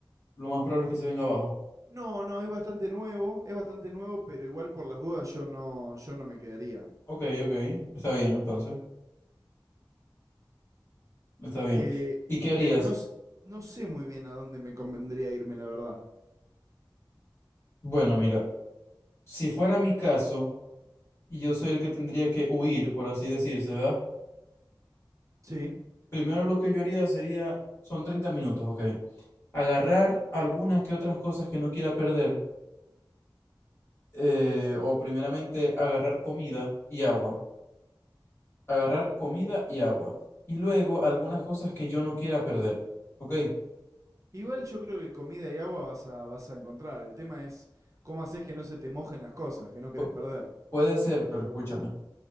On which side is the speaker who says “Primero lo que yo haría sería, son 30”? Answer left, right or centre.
Left